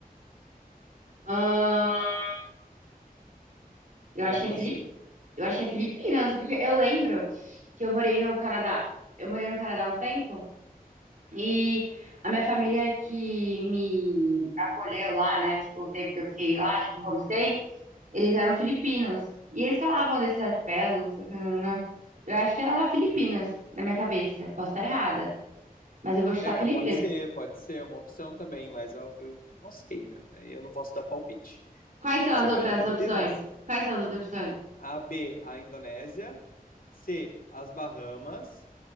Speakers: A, on the right; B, on the left.
A: Ah, eu
B: Eu
A: acho
B: acho
A: que é
B: que
A: Felipe.
B: eu sei.
A: Eu acho que é Filipinas, porque eu lembro que eu morei no Canadá. Eu morei no Canadá um tempo e a minha família que me acolheu lá, né? Tipo, o tempo que eu fiquei lá, tipo, homestay, eles eram filipinos. E eles falavam desses arquipélagos, sei o que, nananã. Eu acho que era lá Filipinas, na minha cabeça. Posso estar errada, mas eu vou chutar
B: É,
A: Filipinas.
B: pode ser, pode ser uma opção também, mas eu, eu não sei, né? Eu não posso dar palpite.
A: Quais são
B: Você
A: as outras
B: vai nas Filipinas?
A: opções? Quais são as outras opções?
B: A, B, a Indonésia. C, as Bahamas.